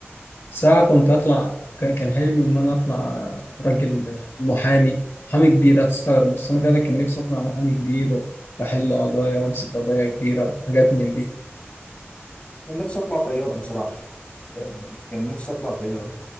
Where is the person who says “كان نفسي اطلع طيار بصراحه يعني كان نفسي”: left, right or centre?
Left